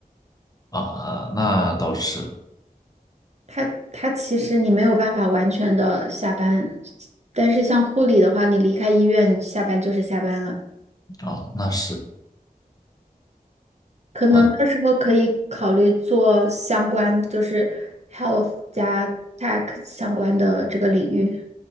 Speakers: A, on the left (about 25°); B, on the right (about 45°).
A: 啊。那倒是
B: 它它其实你没有办法完全的下班，但是像护理的话，你离开医院，你下班就是下班了。
A: 哦，那是
B: 可能到时候可以考虑做相关，
A: 好，
B: 就是 health 加 tech 相关的这个领域，